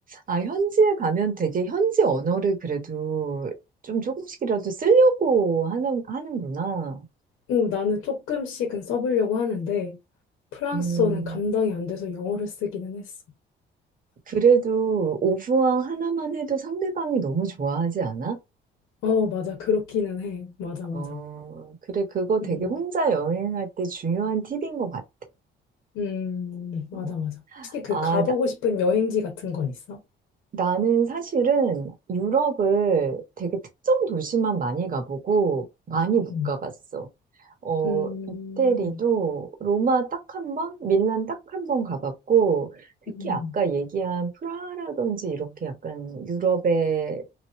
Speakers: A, on the right; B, on the left.
A: 아, 현지에 가면 되게 현지 언어를 그래도 좀 조금씩이라도 쓰려고 하는, 하는구나.
B: 어, 나는 조금씩은 써보려고 하는데 프랑스어는
A: 음,
B: 감당이 안 돼서 영어를 쓰기는 했어.
A: 그래도 오브왕 하나만 해도 상대방이 너무 좋아하지 않아?
B: 어, 맞아. 그렇기는 해. 맞아, 맞아.
A: 어, 그래, 그거 되게
B: 음,
A: 혼자 여행할 때 중요한 팁인 것 같아.
B: 음, 맞아,
A: 어.
B: 맞아. 혹시 그
A: 아,
B: 가보고
A: 나,
B: 싶은 여행지 같은 건 있어?
A: 나는 사실은 유럽을 되게 특정 도시만 많이 가보고 많이 못
B: 음,
A: 가봤어. 어,
B: 음,
A: 이태리도 로마 딱 한 번, 밀란 딱 한 번 가봤고, 특히
B: 음,
A: 아까 얘기한 프라하라든지 이렇게 약간 유럽의